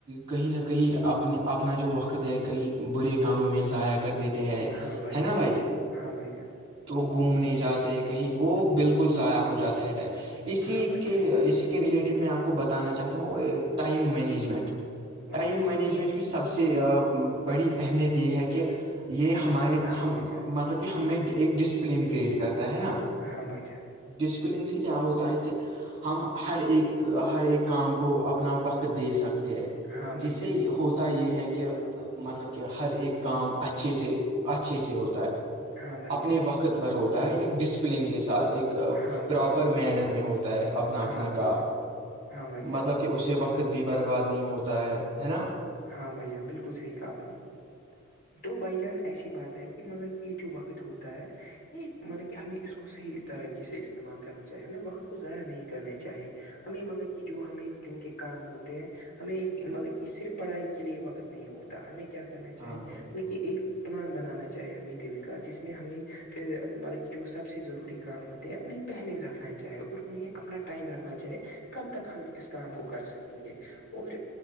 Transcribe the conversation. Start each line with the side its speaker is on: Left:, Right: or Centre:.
Right: کہیں نہ کہیں اپنے اپنا جو وقت ہے کہیں برے کاموں میں ضائع کر دیتے ہیں
Left: ہاں
Right: ہے
Left: جان
Right: نا بھائی
Left: ہاں بھائی جان
Right: تو گھومنے جاتے ہیں کہیں وہ بالکل ضائع ہو جاتا ہے ٹائم اسی
Left: ہاں بھائی
Right: کے اسی ریلیٹڈ میں آپ کو بتانا چاہتا ہوں ٹائم مینجمنٹ ٹائم
Left: جان
Right: مینجمنٹ کے سب سے بڑی اہمیت یہ ہے کہ یہ ہمارے
Left: ہاں
Right: ہم
Left: بھائی جان
Right: مطلب کہ ہمیں ایک ڈسپلن کریئٹ کرتا ہے نا
Left: ہاں بھائی جان
Right: ڈسپلن سے کیا ہوتا ہے کہ ہم ہر ایک ہر ایک کام کو اپ اپنا وقت دے سکتے ہیں
Left: ہاں بھائی
Right: جسے
Left: جان
Right: ہوتا یہ ہے کہ مطلب کہ ہر ایک کام اچھے سے اچھے سے ہوتا ہے
Left: ہاں بھائی
Right: اپنے
Left: جان
Right: وقت پر ہوتا ہے ایک ڈسپلن کے ساتھ ایک
Left: ہاں بھائی
Right: پراپر
Left: جان
Right: مینر میں ہوتا ہے اپنا اپنا
Left: ہاں بھائی جان ہاں بھائی
Right: کا
Left: جان ہاں بھائی جان
Right: مطلب کہ اسے وقت بھی برباد نہیں ہوتا ہے ہے نا
Left: ہاں بھائی جان بالکل صحی کہا آپ نے
Right: <unintelligible>
Left: تو بائی جان ایسی بات ہے کہ مطلب کہ یہ جو وقت ہوتا ہے یہ مطلب کہ ہمیں اس کو صحیح طرقی سے استعمال کرنا چاہی ہمیں وقت کو ضائع نہیں کرنا چیے ہمیں مطلب کہ جو ہمیں ایک دن کے کام ہوتے ہیں ہمیں مطلب کہ صرف پڑھائی کے لیے وقت نہیں ہوتا ہمیں کیا کرنا
Right: ہاں
Left: چاہیے
Right: بھائی
Left: مطلب
Right: بالکل
Left: کہ ایک پلان بنانا چاہیے ہمیں دن کا جس میں ہمیں پھر مطلب جو سب سے ضروری کام ہوتے ہیں انہیں پہلے رکھنا چاہے اور انہیں اپنا ٹائم رکھنا چاہے کب تک ہم اس کام کو کر سکیں گے اور